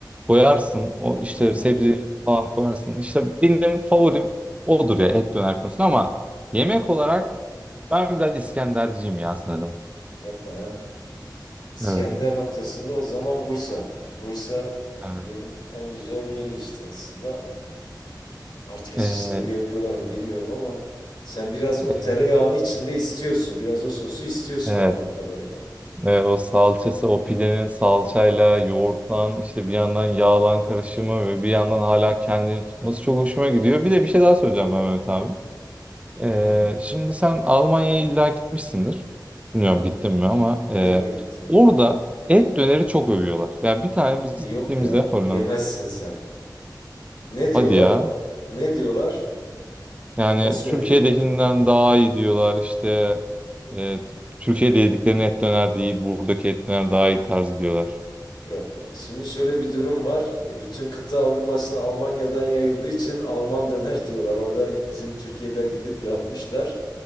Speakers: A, on the right (about 15°); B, on the left (about 80°).
A: koyarsın. O işte
B: Hı hı.
A: sebze falan koyarsın. İşte benim favorim odur ya et döner konusunda ama yemek olarak ben biraz İskenderciyim ya sanırım.
B: Yapma ya. İskender
A: Evet.
B: noktasında o zaman Bursa. Bursa
A: Evet.
B: yerin en güzel yeri işte aslında. Artık eskisi
A: Ee,
B: gibi yapıyorlar mı bilmiyorum ama sen biraz o
A: e,
B: tereyağını içinde istiyorsun. Biraz o sosu istiyorsun
A: Evet.
B: anladığım kadarıyla.
A: Ve o salçası, o pidenin salçayla yoğurtlan, işte bir yandan yağlan karışımı ve bir yandan hala kendini tutması çok hoşuma gidiyor. Bir de bir şey daha söyleyeceğim Mehmet abi. Ee,
B: Hı hı.
A: şimdi sen Almanya'ya illa gitmişsindir.
B: Hı
A: Bilmiyorum
B: hı.
A: gittin mi ama
B: Bir
A: e,
B: defa gittim.
A: orada et döneri çok övüyorlar. Yani bir tane biz
B: Yok
A: gittiğimizde
B: ya,
A: Hollanda.
B: yemezsin sen. Ne diyorlar?
A: Hadi ya.
B: Ne diyorlar?
A: Yani
B: Nasıl
A: Türkiye'dekinden
B: övüyorlar?
A: daha iyi diyorlar işte. E, Türkiye'de yediklerinin et döner değil, buradaki et döner daha iyi tarzı diyorlar.
B: Yok yok. Şimdi şöyle bir durum var. E, bütün kıta Avrupa'sına Almanya'dan yayıldığı için Alman döner diyorlar. Orada ilk bizim Türkiye'liler gidip yapmışlar.